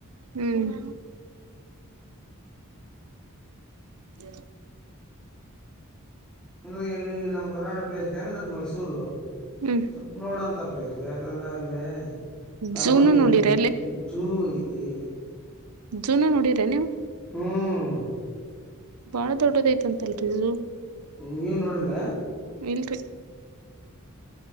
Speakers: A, on the right (about 85°); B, in the centre.
A: ಹ್ಮ್ ಹ
B: ಅಂದ್ರೆ ಎಲ್ಲಿ ನಮ್ಮ್ ಕರ್ನಾಟ ಪ್ಲೇಸ್ ಏನ ಅ್ರ ಮೈಸೂರು
A: ಹ್ಮ್
B: ಸ್ವಪ್ ನೋಡಂತ ಪ್ಲೇಸ್ ಯಾಕಂದ್ರೆ ಅಲ್ಲೇ ಅರಮನೆ
A: ಝೂನು ನೋಡಿರ
B: ಐತೆ ಜೂ ಐತಿ
A: ಜುನು ನೋಡ್ರ ನೀವು
B: ಹ್ಮ್
A: ಬಾಳ ದೊಡ್ಡದಐತಂತಲ್ರಿಜು
B: ನೀವ ನೋಡಿಲ್ಲ
A: ಇಲ್ತ